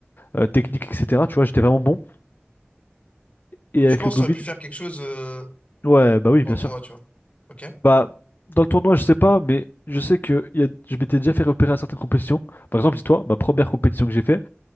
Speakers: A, on the left (about 55°); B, on the left (about 35°).
A: euh, technique, etc. Tu vois, j'étais vraiment bon. Et
B: Donc tu
A: avec
B: penses
A: le Covid,
B: que tu aurais pu faire quelque chose euh,
A: ouais, bah oui,
B: pendant
A: bien
B: le
A: sûr.
B: tournoi, tu vois. Ok.
A: Bah, dans le tournoi, je sais pas, mais je sais que il y a- je m'étais déjà fait repérer à certaines compétitions. Par exemple, dis-toi, ma première compétition que j'ai fait,